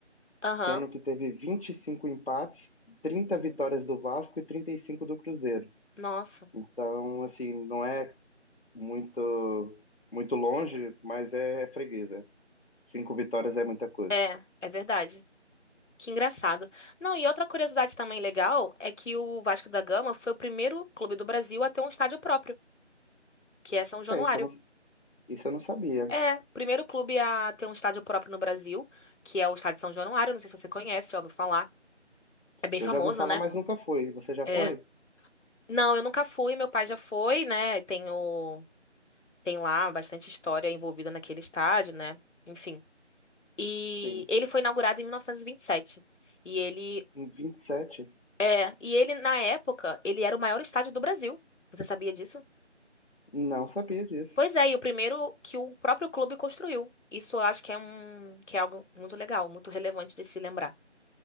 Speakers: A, on the left; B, on the left.
A: Aham.
B: sendo que teve 25 empates, 30 vitórias do Vasco e 35 do Cruzeiro.
A: Nossa.
B: Então, assim, não é muito muito longe, mas é é freguesa. Cinco vitórias é muita coisa.
A: É, é verdade. Que engraçado. Não, e outra curiosidade também legal é que o Vasco da Gama foi o primeiro clube do Brasil a ter um estádio próprio, que é São Januário.
B: É, isso eu não, isso eu não sabia.
A: É, primeiro clube a ter um estádio próprio no Brasil, que é o Estádio São Januário. Não sei se você conhece, já ouviu falar. É bem
B: Eu
A: famoso,
B: já ouvi falar,
A: né?
B: mas nunca fui. Você já
A: É.
B: foi?
A: Não, eu nunca fui, meu pai já foi, né? Tenho, tem lá bastante história envolvida naquele estádio, né? Enfim. E
B: Sim.
A: ele foi inaugurado em 1927. E vinte e sete. E ele
B: Em vinte e sete
A: É, e ele, na época, ele era o maior estádio do Brasil. Você sabia disso?
B: Não sabia disso.
A: Pois é, e o primeiro que o próprio clube construiu. Isso eu acho que é um, que é algo muito legal, muito relevante de se lembrar.